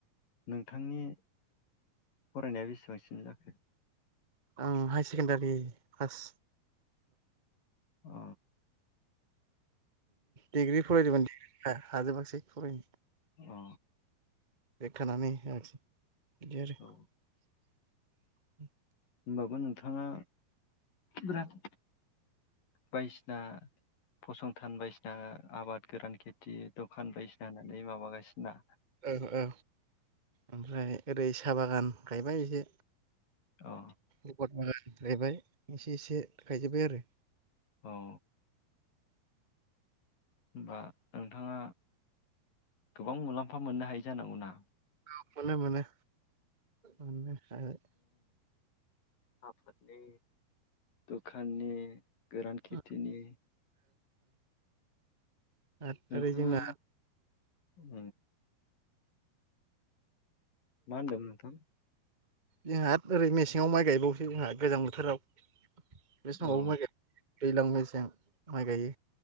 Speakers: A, on the left; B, on the right.
A: नोंथांनि फरायनाया बेसेबांसिम जाखो
B: आं हाय सेकेणडारि फास
A: अ
B: डिग्रि फरायदोंमोन <unintelligible> हाजोबाखिसै फरायनो
A: अ
B: बेक थांनानै होआखिसै इदिआरो उ
A: औ होनबाबो नोंथाङा बिराद बायसिना फसंथान बायसिना आबाद गोरान खेथि दखान बायसिना होननानै माबागासिना
B: औ औ ओमफ्राय ओरै सा बागान गायबाय एसे
A: अ
B: रिपोट बुङो गायबाय एसे एसे गायजोब्बाय आरो
A: औ होमबा नोंथाङा गोबां मुलाम्फा मोननो हायो जानांगौ ना?
B: औ मोनो-मोनो <unintelligible>
A: आफद ने दुखान नि गोरान खेथिनि
B: ओ ओ आरो
A: नोंथाङा
B: ओरै जोंना
A: उम मा होनदोंमोन नोंथां?
B: जोंहा ओरै मेसेङाव माइ गायबावोसो जोंहा गोजां बोथोराव बे समावबो
A: अ
B: माय गाय दैज्लां मेसें माइ गायो